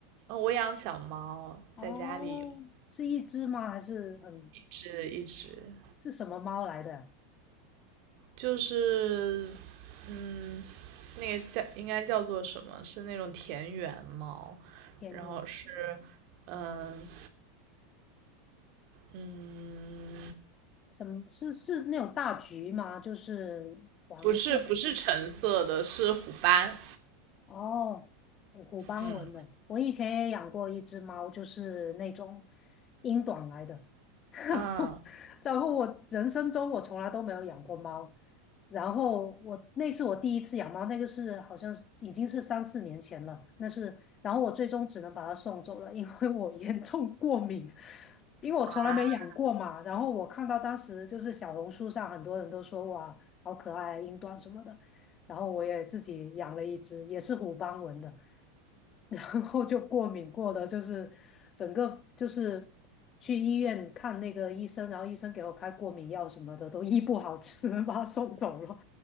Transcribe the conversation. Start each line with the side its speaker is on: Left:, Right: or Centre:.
Right: 嗯，我养小猫，
Left: 哦，
Right: 在家里有
Left: 是一只吗？还是很
Right: 一只一只，
Left: 是什么猫来的？
Right: 就是，嗯，那个叫应该叫做什么？是那种田园猫，
Left: 天，
Right: 然后是，嗯嗯，
Left: 什么是是那种大橘吗？就是黄色。
Right: 不是不是橙色的，是虎斑，
Left: 哦，虎斑纹的，
Right: 嗯
Left: 我以前也养过一只猫，就是那种英短来的。<laughs> 然后，
Right: 嗯
Left: 然后我人生中我从来都没有养过猫。然后我那是我第一次养猫，那个是好像是已经是三四年前了。那是，然后我最终只能把它送走了，因为我 <laughs> 严重过敏，因为我从来没养过嘛。
Right: 啊，
Left: 然后我看到当时就是小红书上很多人都说哇，好可爱啊英短什么的。然后我也自己养了一只，也是虎斑纹的，<laughs> 然后就过敏过的，就是整个就是去医院看那个医生，然后医生给我开过敏药什么的，都医不好，<laughs> 只能把它送走了，